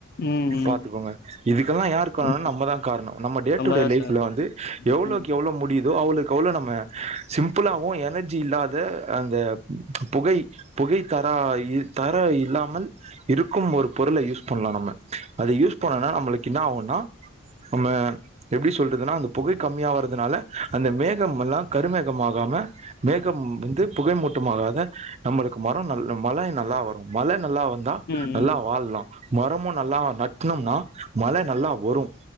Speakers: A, on the left; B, on the right.
A: ம் ம்
B: பாத்துக்கோங்க இதுக்கல்லா யாரு கார்ணோ
A: ஓகே
B: நம்ம தா காரணோ நம்ம டேட்
A: நம்மதா
B: டூடே லைஃபுல
A: சார்
B: வந்து எவ்ளோக்கி
A: ம்
B: எவ்ளோ முடியுதோ அவ்ளோக் கவ்ளோ நம்ம சிம்ப்புளாவு எனர்ஜி இல்லாத அந்த புகை புகை தரா இ தர இல்லாமல் இருக்கும் ஒருப் பொருளை யூஸ் பண்லா நம்ம அது யூஸ் பண்ணன்னா நம்முளுக்கின்னா ஆவுன்னா நம்ம எப்டி சொல்றதுனா அந்த புகை கம்மியா வறதுனால அந்த மேகம்மல்லா கருமேகம்மாகாம மேகம் வந்து புகை மூட்டமாகாத நம்முளுக் மரோ நல் மழ நல்லா வரும் மழ நல்லா வ ந்தா
A: ம்
B: நல்லா
A: ம்
B: வாழ் மரோமு நல்லா நட் ட்னேம்னா மழ நல்லா வரும்